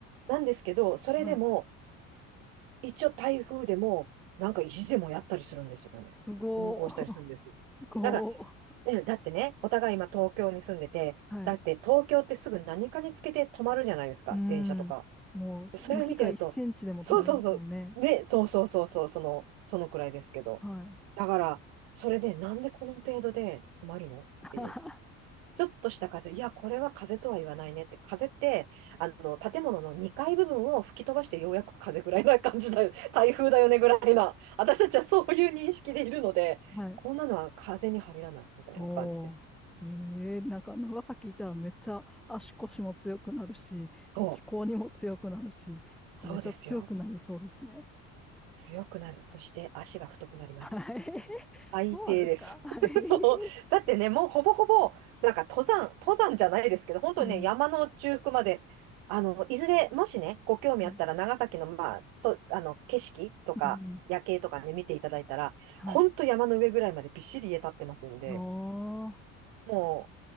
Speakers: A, on the right; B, in the centre.
A: なんですけど、それでも、
B: はい。
A: 一応台風でも、なんか意地でもやったりするんですよね。
B: すごい。
A: 運行したりするんですよ。
B: すごい。
A: だから、ねだってね、お互い今東京に住んでて、
B: はい。
A: だって東京ってすぐ何かにつけて止まるじゃないですか、
B: うーん。
A: 電車とか。
B: もう、
A: でそれを見てると、
B: 雪が1センチでも止まりますもんね。
A: そうそうそう、ね、そうそうそうそう、その、そのくらいですけど。
B: はい。
A: だから、それでなんでこの程度で止まるのっていう。
B: <laughs>
A: ちょっとした風、いや、これは風とは言わないねって、風って、あの、建物の2階部分を吹き飛ばしてようやく風ぐらいな感じだよ、<laughs> 台風だよねぐらいな、私たちはそういう認識でいるので、
B: はい。
A: こんなのは風に入らないみたいな感じです。
B: おお。ええ、なんか長崎いたらめっちゃ足腰も強くなるし、
A: そ
B: 気候にも強くなるし、なんかめっちゃ強くなれそうですね。
A: う、そうですよ。強くなる。そして足が太くなります。
B: はい。<laughs>
A: 最低です。
B: そうなんですかはい。
A: <laughs> そう。だってね、もうほぼほぼ、なんか登山、登山じゃないですけど、本当にね、
B: うん。
A: 山の中腹まで、あの、いずれ、もしね、ご興味あったら、
B: はい。
A: 長崎の、まあ、と、あの、景色とか、
B: うんうん。
A: 夜景とかね、見ていただいたら、
B: はい。
A: 本当山の上ぐらいまでびっしり家建ってますんで、
B: おー、
A: も